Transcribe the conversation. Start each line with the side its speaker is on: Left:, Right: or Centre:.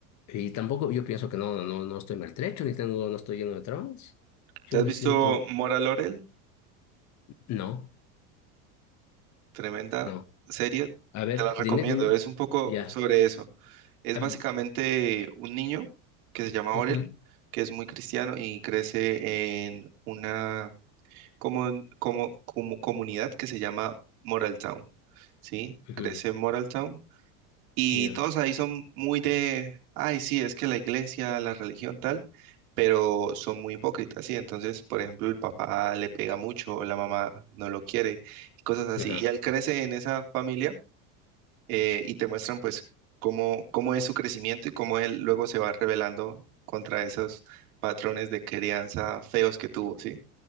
Left: Y tampoco yo pienso que no, no, no estoy maltrecho, ni tengo, no estoy lleno de traumas. Yo
Right: ¿Te has
Left: me
Right: visto
Left: siento,
Right: Mora Laurel?
Left: no,
Right: Tremenda
Left: no.
Right: serie,
Left: A ver,
Right: te la recomiendo.
Left: dime, dime.
Right: Es un poco
Left: Ya.
Right: sobre eso. Es
Left: Ah,
Right: básicamente un niño que se llama
Left: ujú,
Right: Orel, que es muy cristiano y crece en una como, como, como comunidad que se llama Moral Town. ¿sí?
Left: ujú,
Right: Crece en Moral Town. Y
Left: Ya.
Right: todos ahí son muy de, ay, sí, es que la iglesia, la religión tal, pero son muy hipócritas, sí. Entonces, por ejemplo, el papá le pega mucho, la mamá no lo quiere, y cosas así.
Left: Ajá,
Right: Y él crece en esa familia eh, y te muestran pues cómo, cómo es su crecimiento y cómo él luego se va rebelando contra esos patrones de crianza feos que tuvo, ¿sí?